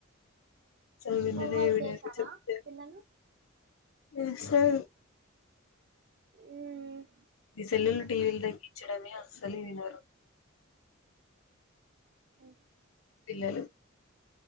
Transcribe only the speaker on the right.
హోంవర్క్
చేసారా
పిల్లలు
ఉ హ్మ్
ఓ